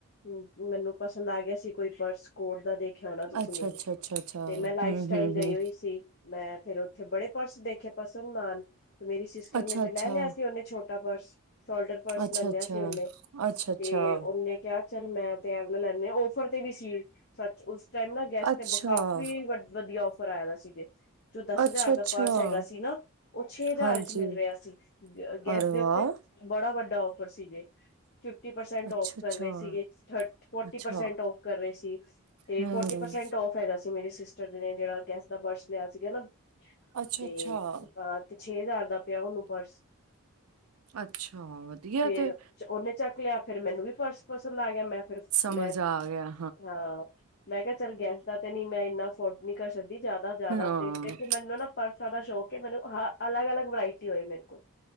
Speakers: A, on the left (about 50°); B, on the right (about 90°).
A: ਹੂ ਮੈਨੂੰ ਪਸੰਦ ਆ ਗਿਆ। ਕੋਈ ਪਰਸ ਕੋਟ ਦਾ ਦੇਖਿਆ ਹੋਣਾ ਤੁਸੀਂ
B: ਅੱਛਾ
A: ਮੇਰੇ,
B: ਅੱਛਾ ਅੱਛਾ ਅੱਛਾ
A: ਤੇ ਮੈਂ ਲਾਈਫ
B: ਹਮ
A: ਸਟਾਈਲ
B: ਹਮ
A: ਗਈ
B: ਹਮ
A: ਹੋਈ ਸੀ। ਮੈਂ ਫੇਰ ਓਥੇ ਬੜੇ ਪਰਸ ਦੇਖੇ ਪਾਸੰਦ ਨਾ ਆਣ, ਮੇਰੀ ਸਿਸਟਰ
B: ਅੱਛਾ
A: ਨੇ ਤੇ
B: ਅੱਛਾ
A: ਲੈ ਲਿਆ ਸੀ ਓਨੇ ਛੋਟਾ ਛੋਟਾ ਪਰਸ, ਸ਼ੋਲਡਰ ਪਰਸ
B: ਅੱਛਾ
A: ਲੈ ਲਿਆ
B: ਅੱਛਾ
A: ਸੀ ਓਨੇ
B: ਅੱਛਾ
A: ਤੇ ਓਨੇ ਕਿਆ ਚੱਲ ਮੈਂ ਤੇ ਏ ਵਾਲਾ ਲੈਨੇ ਆ, ਓਫਰ ਤੇ ਵੀ ਸੀ ਸੱਚ ਉਸ ਓਸ ਟੈਮ ਨਾ ਗੈਸ
B: ਅੱਛਾ
A: ਤੇ ਵਕਾਫੀ
B: ਅੱਛਾ
A: ਵ ਵਧੀਆ ਔਫਰ ਆਇਆ ਦਾ ਸੀ ਜੇ। ਜੋ ਦਸ
B: ਅੱਛਾ
A: ਹਜ਼ਾਰ
B: ਅੱਛਾ
A: ਦਾ ਪਰਸ ਹੈਗਾ ਸੀ ਨਾ ਓ ਛੇ ਹਜ਼ਾਰ
B: ਹਾਂਜੀ
A: ਵਿੱਚ ਮਿਲ ਰਿਆ ਸੀ। ਗ ਗੈਸ
B: ਅਰੇ
A: ਦੇ
B: ਵਾਹ
A: ਉੱਤੇ ਬੜਾ ਵੱਡਾ ਆਫਰ ਸੀ ਜੇ, ਫਿਫਟੀ ਪਰਸੈਂਟ
B: ਅੱਛਾ
A: ਆਫ
B: ਅੱਛਾ
A: ਕਰ ਰਏ ਸੀਗੇ, ਥਰ ਫੋਰਟੀ
B: ਅੱਛਾ
A: ਪਰਸੈਂਟ ਆਫ ਕਰ ਰੇਹ ਸੀ ਤੇ
B: ਹਮ
A: ਫੋਰਟੀ ਪਰਸੈਂਟ ਆਫ ਹੈਗਾ ਸੀ ਮੇਰੇ ਸਿਸਟਰ ਨੇ ਜੇੜਾ ਗੇਸ ਦਾ ਪਰਸ ਲਿਆ ਸੀਗਾ ਨਾ।
B: ਅੱਛਾ
A: ਤੇ
B: ਅੱਛਾ
A: ਆ ਛੇ ਹਜ਼ਾਰ ਦਾ ਪਿਆ ਓਨੂੰ ਪਰਸ।
B: ਅੱਛਾ ਵਧੀਆ
A: ਫੇਰ
B: ਤੇ
A: ਚ ਓਨੇ ਚੱਕ ਲਿਆ ਫੇਰ ਮੈਨੂੰ ਵੀ ਪਰਸ ਪਸੰਦ ਆ ਗਿਆ, ਮੈਂ ਪਰਸ
B: ਸਮਝ
A: ਮੈਂ
B: ਆ ਗਿਆ
A: ਹਾਂ ਮੈਂ ਕਿਆ ਚੱਲ ਗੈਸ ਦਾ ਤੇ ਨੀ ਮੈਂ ਏਨਾ ਫੋਰਡ ਨੀ ਕਰ ਸਕਦੀਵ ਜ਼ਾਦਾ ਜ਼ਾਦਾ
B: ਹਾਂ,
A: ਤੇ ਦੇਖੋ ਮੈਨੂੰ ਨਾ ਪਰਸਾਂ ਦਾ ਸ਼ੌਕ ਏ ਮੈਨੂੰ ਹਾਂ ਅਲੱਗ ਅਲੱਗ ਵਰਾਇਟੀ ਹੋਏ ਮੇਰੇ ਕੋਲ।